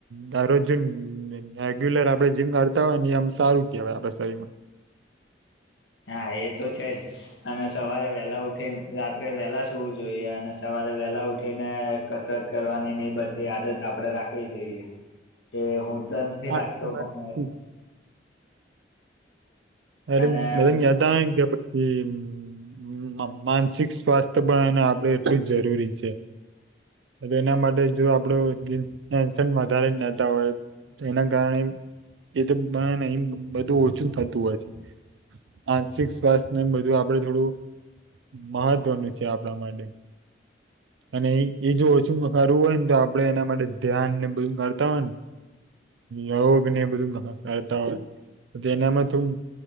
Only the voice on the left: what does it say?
હા એ તો છે જ. અને સવારે વહેલાં ઉઠીને રાત્રે વહેલાં સુૂવું જોઈએ અને સવારે વહેલાં ઉઠીને કસરત. કરવાની ની બધી આદત આપડે રાખવી જોઈએ એ હું તો નથી
રાખતો
પણ.
અને